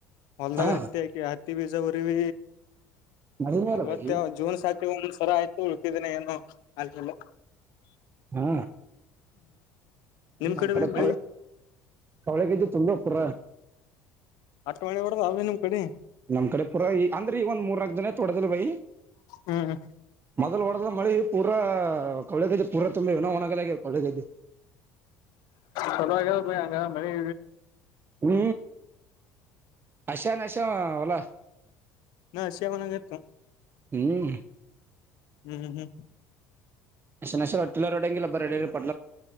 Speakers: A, on the left; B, on the right.
A: ಹೊಲ್ದಾಗ
B: ಹಾ
A: ಹತ್ತಿ ಆಯಕಿ ಹತ್ತಿ ಬೀಜ ಬರಿ ಭ
B: ಮಳಿನೇ ಇಲ್ಲ
A: ಅವತ್ತ
B: ಬೈ
A: ಜೂನ್ ಸಾತಿ ಒಂದ್ ಸರ ಆಯ್ತು ಉಳ್ಕಿದೀನ ಏನುೋ ಆಕಲ್ಲ
B: ಹ್ಮ
A: ನಿಮ್
B: ನಮ್ ಕಡೆ
A: ಬೈ ಮಳಿ
B: ಕವೆ ಕವಳೆಗ್ದು ತುಂಬ ಪ್ಪರ
A: ಅಟ್ ಮಣಿ ಹೊಡದ ಅವೇ ನಿಮ್ ಕಡೆ
B: ನಮ್ ಕಡೆ ಪುರಾ ಅಂದ್ರೆ ಈ ಒಂದ್ ಮೂರಗ್ ಜನ ಕೊಡದಲ್ಲ ಬೈ
A: ಹ್ಮ್
B: ಮದ ಒಡ ಮಳಿ ಪೂರ ಕಳಗದ್ದೆ ಪೂರ ತುಂಬೆ ಇನ ಒಣಗ ಕಳಗೈದ್ದೆ
A: ಚಲ ಪಿ ಅಂಗ ಮಳಿಿ
B: ಹ್ಮ ಅಶಾ ನಶ ಒಲ್ಲಾ
A: ನಾ ಶ್ಯಾಮಾನಗರ್ತ
B: ಹ್ಮ್
A: ಹ್ಮ್ ಹ್ಮ್ ಹ್ಮ್
B: ಪೆಷ ಒಟ್ಟೆವರಡೆಬ್ಬರ